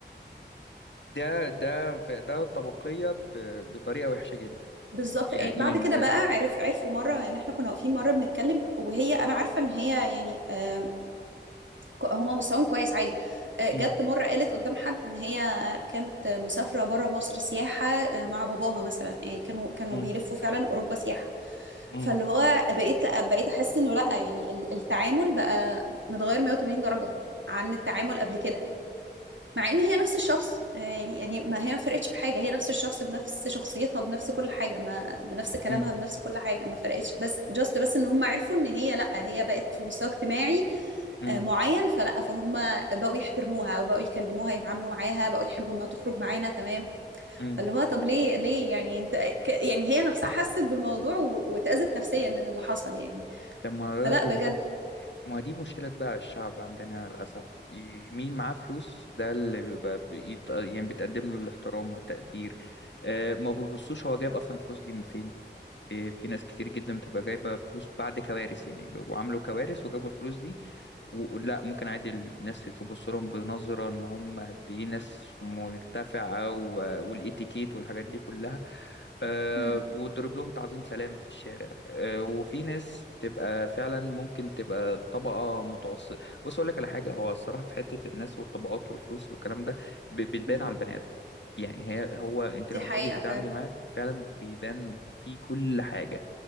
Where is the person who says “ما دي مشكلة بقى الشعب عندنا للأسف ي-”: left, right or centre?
Left